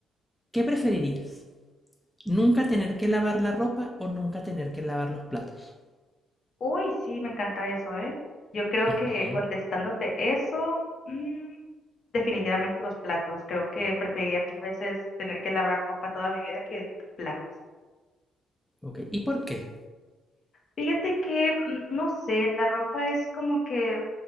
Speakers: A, in the centre; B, on the left.
A: ¿Qué preferirías? ¿Nunca tener que lavar la ropa o nunca tener que lavar los platos?
B: Uy, sí, me encanta eso, ¿eh? Yo creo
A: Ujú.
B: que contestándote eso, mm, definitivamente los platos. Creo que preferiría mil veces tener que lavar ropa toda mi vida que platos.
A: Ok, ¿y por qué?
B: Fíjate que, mm, no sé, la ropa es como que,